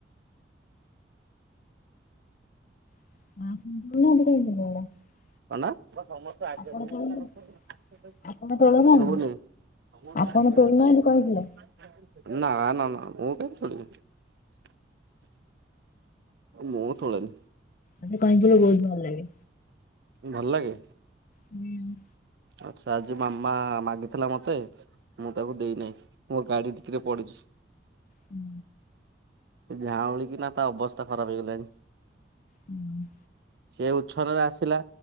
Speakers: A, on the left (about 45°); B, on the right (about 60°).
A: <unintelligible>
B: <unintelligible> ଶୁଭୁନି?
A: ଆପଣ ତୋଳୁ
B: <unintelligible>
A: ଆପଣ ତୋଳୁନାହାନ୍ତି
B: ନା ନା
A: ଆପଣ ତୋଳୁନାହାନ୍ତି
B: ନା
A: କହିଥିଲେ
B: ନା ମୁଁକେବେ ସୁଣିବିନି। ମୁ ତୋଳେନି।
A: ମେତେ କଇଁ ଫୁଲ ବହୁତ ଭଲ ଲାଗେ।
B: ଭଲ ଲାଗେ?
A: ହୁଁ,
B: ଆଚ୍ଛା ଆଜି ମାମା ମାଗିଥିଲା ମତେ ମୁଁ ତାକୁ ଦେଇନହିଁ ମୋ ଗାଡି କିରେ ପଡିଛି।
A: ହୁଁ।
B: ଝାଉଁଳି କିିନା ତା ଅବସ୍ଥା ଖରାପ ହେଇଗଲାଣି।
A: ହୁଁ।
B: ସେ ଉଚ୍ଛନରେ ଆସିଲା